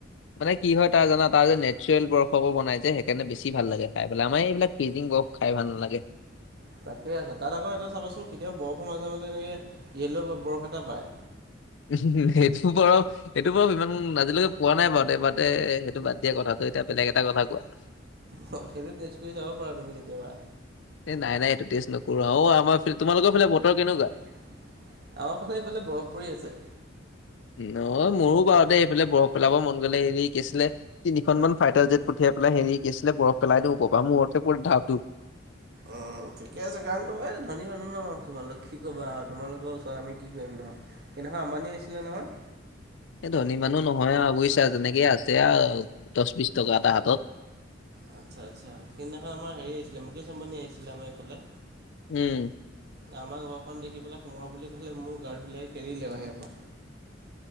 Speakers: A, on the left; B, on the right.
A: মানে কি হয় তাৰ জানা তাৰ যে নেচাৰেল বৰফ পা বনাই যে সেইকাৰণে বেছি ভাল লাগে খাই পেলাই আমাৰ এইবিলাক ফিজিং বৰফ খাই ভাল নালাগে
B: তাকে আছে তাত আকৌ এটা চাবাচোন কেতিয়াবা বৰফ মাজে মাজে এনেকে য়েল্লৌ ব বৰফ এটা পায়।
A: উমহুহু সেইটো বৰফ এইটো বৰফ ইমান আজিলৈকে পোৱা নাই বাও তে বাদদে বাদে সেইটো বাদ দিয়া কথাটো এতিয়া বেলেগ এটা কথা কোৱা।
B: হয় সেইটো টেষ্ট কৰি চাব পাৰা তুমি কেতিয়াবা।
A: এ নাই নাই এইটো টেষ্ট নকৰো, আও অ আমাৰ তোমালোকৰ ফালে বতৰ কেনেকুৱা?
B: আমাৰ ফালে এইফালে বৰফ পৰি আছে
A: ন মোৰো বাৰুতে এইফালে বৰফ পেলাব মন গ'লে হেৰি কি আছিলে তিনিখন মান ফাইটাৰ জেট পঠিয়াই পেলাই হেৰি কি আছিলে বৰফ পেলাই দিও ওপৰৰপা মূৰতে পৰে ধাপ ধোপ
B: অঁ ঠিকে আছে কাৰণ তু এই ধনী মানুহ ন তোমালোক কি কবা আৰু তোমালোকৰ ওচৰত আমি কি কৰিম ন সেইদিনাখন আমবানি আহিছিলে নহয়
A: এই ধনী মানুহ নহয় আও বুইছা তেনেকেই আছে আও দশ বিশ টকা এটা হাতত
B: আতচ্ছা আতচ্ছা সেইদিনাখন আমাৰ হেৰি আহিছিলে মুকেশ আম্বানী আহিছিলে আমাৰ এইফালে
A: উম।
B: আমাৰ ঘৰখন দেখি পেলাই সোমোৱা বুলি ক'লে মোৰ গাৰড বিলাকে খেদি দিলে বাহিৰৰ পৰা